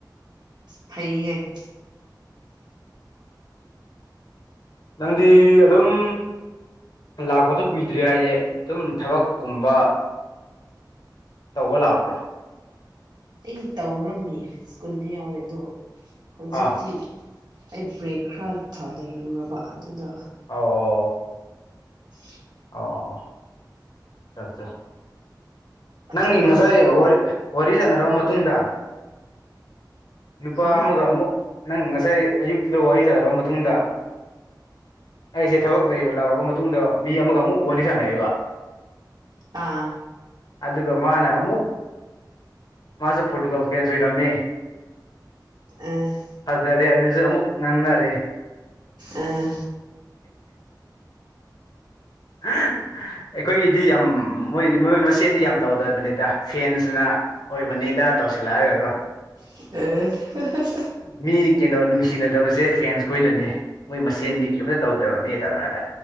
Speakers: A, on the right; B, on the left.
A: ꯐꯩꯌꯦ
B: ꯅꯪꯗꯤ ꯑꯗꯨꯝ ꯂꯥꯛꯄꯁꯨ ꯀꯨꯏꯗ꯭ꯔꯦ ꯍꯥꯏꯌꯦ ꯑꯗꯨꯝ ꯊꯕꯛ ꯀꯨꯝꯕ ꯇꯧꯕ ꯂꯥꯛꯄ꯭ꯔꯣ
A: ꯑꯩ ꯇꯧꯔꯝꯃꯤ ꯁ꯭ꯀꯨꯜꯗ ꯌꯥꯎꯋꯦ ꯑꯗꯣ ꯍꯧꯖꯤꯛꯇꯤ
B: ꯑꯥ
A: ꯑꯩ ꯕ꯭ꯔꯦꯛ ꯈꯔ ꯂꯩꯔꯨꯔꯕ ꯑꯗꯨꯗ
B: ꯑꯧ
A: <unintelligible>
B: ꯑꯧ ꯑꯠ
A: ꯑꯇꯣꯞꯄ
B: ꯅꯪꯒꯤ ꯉꯁꯥꯏ ꯋꯥꯔꯤ ꯋꯥꯔꯤ ꯁꯥꯟꯅꯔꯕ ꯃꯇꯨꯡꯗ ꯅꯨꯄꯥ
A: ꯍꯥ
B: ꯑꯃꯒ ꯑꯃꯨꯛ ꯅꯪ ꯉꯁꯥꯏ ꯑꯌꯨꯛꯇꯨꯗ ꯋꯥꯔꯤ ꯁꯥꯅꯔꯕ ꯃꯇꯨꯡꯗ ꯑꯩꯁꯦ ꯊꯕꯛ ꯂꯥꯛꯔꯕ ꯃꯇꯨꯡꯗ ꯃꯤ ꯑꯃꯒ ꯑꯃꯨꯛ ꯋꯥꯔꯤ ꯁꯥꯟꯅꯩꯑꯕ
A: ꯑꯥ
B: ꯑꯗꯨꯒ ꯃꯥꯅ ꯑꯃꯨꯛ ꯃꯥꯁꯨ ꯄꯣꯇꯨꯒ ꯐꯦꯟꯖ ꯑꯣꯏꯔꯝꯃꯦ
A: ꯑ
B: ꯐꯖꯔꯦ ꯑꯗꯨꯁꯨ ꯑꯃꯨꯛ ꯉꯥꯡꯅꯔꯦ
A: ꯑꯥ
B: ꯑꯩꯈꯣꯏꯒꯤꯗꯤ ꯌꯥꯝ ꯃꯣꯏ ꯃꯣꯏ ꯃꯁꯦꯟꯗꯤ ꯌꯥꯝ ꯇꯧꯗꯕꯅꯤꯗ ꯐꯦꯟꯁꯤꯅ ꯑꯣꯏꯕꯅꯤꯗ ꯇꯧꯁꯤꯜꯂꯑꯒ ꯀꯣ
A: ꯑꯦ
B: ꯃꯤ ꯀꯩꯅꯣ ꯅꯨꯡꯁꯤꯅꯗꯕꯁꯦ ꯐꯦꯟꯁ ꯈꯣꯏꯅꯅꯦ ꯃꯣꯏ ꯃꯁꯦꯟꯗꯤ ꯀꯔꯤꯝꯇ ꯇꯧꯗꯕꯅꯦ ꯇꯧꯔꯒ